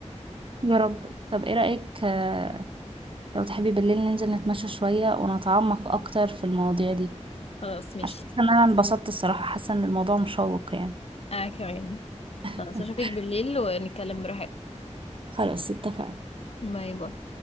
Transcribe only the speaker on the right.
يا رب طب ايه رأيك آه، لو تحبي بالليل ننزل نتمشى شوية ونتعمق اكتر في المواضيع دي
عشان حاسة ان انا انبسطت الصراحة حاسة ان الموضوع مشوق يعني
<laughs>
خلاص اتفقنا